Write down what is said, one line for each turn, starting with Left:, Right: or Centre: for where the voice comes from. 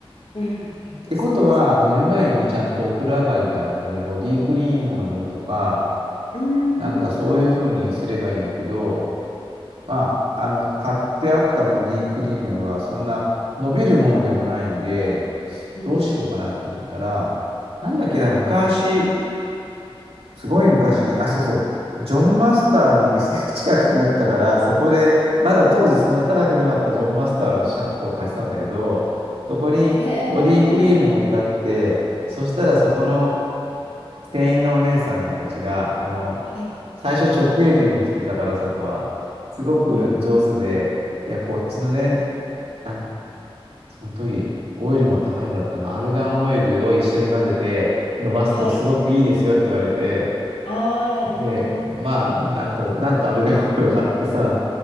Left: うん、えーどうするんですか
Right: てことは、寝る前にちゃんとお風呂上がりかなんかにボディクリームを塗るとか、
Left: うん、
Right: なんかそういうふうにすればいいんだけど、まあ、あの、買ってあったボディクリームは、そんな伸びるものでもないんで、
Left: うん。
Right: どうしようかなと思ったら、なんだっけな、昔、すごい昔に、あ、そうそう、ジョンマスターの店が近くにあったから、そこで、まだ当時そんな高くなかったジョンマスターのシャンプーを貸したんだけど、そこにボディクリームも置いてあって、
Left: えー、はいはい。
Right: そしたらそこの、店員のお姉さんたちが、あの、
Left: はい。
Right: 最初直営店が来てたからそこは、すごく上手で、
Left: うん、
Right: いや、こっちのね、なんその時、オイルも高い方だったな、アルガンオイルを一緒に混ぜて伸ばすとすごくいいですよって言われて、
Left: はい。ああ、
Right: で、
Left: うん、うん
Right: まあ、なんと、なんとアルガンオイルを買ってさ、